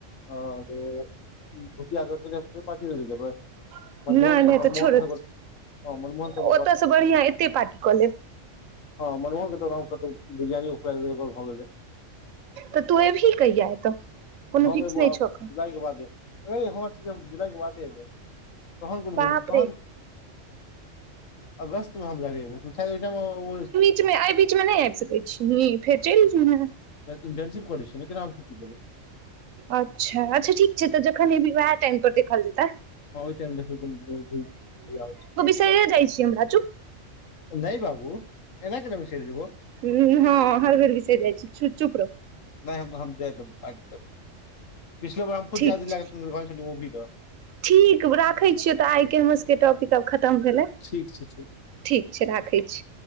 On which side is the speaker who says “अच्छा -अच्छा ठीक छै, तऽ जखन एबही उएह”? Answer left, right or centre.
Right